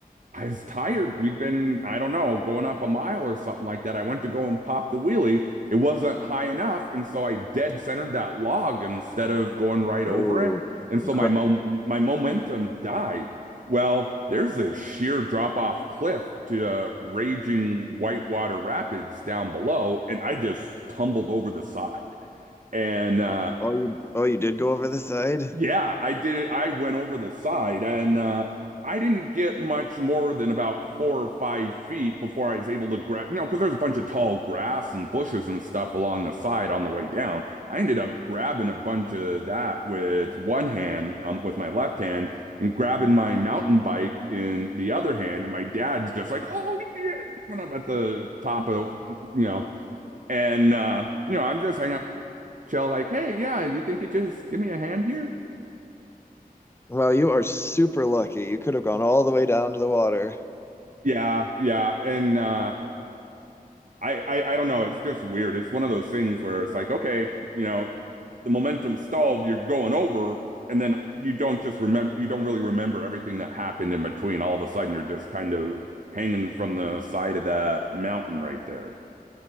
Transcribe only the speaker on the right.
I was tired. We'd been, I don't know, going up a mile or something like that. I went to go and pop the wheelie. It wasn't high enough, and so I dead centered that log instead of going right
over it. And so
my mo my momentum died. Well, there's a sheer drop off cliff to uh, raging whitewater rapids down below, and I just tumbled over the side. And uh,
yeah, I did it. I went over the side and uh, I didn't get much more than about four or five feet before I was able to grab, you know, because there's a bunch of tall grass and bushes and stuff along the side on the way down. I ended up grabbing a bunch of that with one hand, um, with my left hand, and grabbing my mountain bike in the other hand. And my dad's just like, oh, yeah, coming up at the top of, you know, and, uh, you know, I'm just hanging out, chill, like, hey, yeah, you think you just give me a hand here?
Yeah, yeah. And uh I, I I don't know, it's just weird. It's one of those things where it's like, okay, you know, the momentum stalled, you're going over, and then you don't just remember you don't really remember everything that happened in between. All of a sudden you're just kind of hanging from the side of that mountain right there.